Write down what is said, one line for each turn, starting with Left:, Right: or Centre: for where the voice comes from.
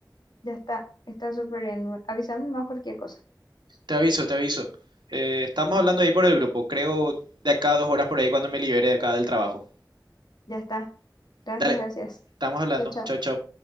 Left: ya está, está súper bien. Avísame más cualquier cosa.
Right: Te aviso, te aviso. Eh, estamos
Left: Dale,
Right: hablando ahí por el grupo, creo de acá a dos horas por ahí cuando me libere de acá del trabajo.
Left: ya está. Gracias,
Right: Dale,
Left: gracias.
Right: estamos hablando.
Left: Chao, chao.
Right: Chao, chao.